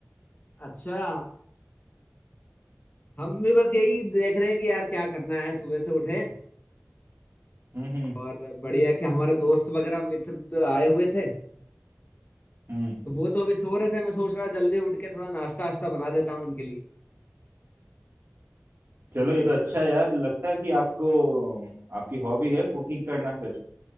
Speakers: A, on the left; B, on the right.
A: अच्छा हम भी बस यही देख रहे हैं कि यार क्या करना है सुबह से उठे
B: हम्म हम्म
A: और बढ़िया कि हमारे दोस्त वगैरह मित्र द- आए हुए थे
B: हम्म
A: तो वो तो अभी सो रहे थे मैं सोच रहा जल्दी उठ के थोड़ा नाश्ता वाश्ता बना देता हूँ इनके लिए
B: चलो ये तो अच्छा है यार लगता है कि आपको आपकी हॉबी है कुकिंग करना फिर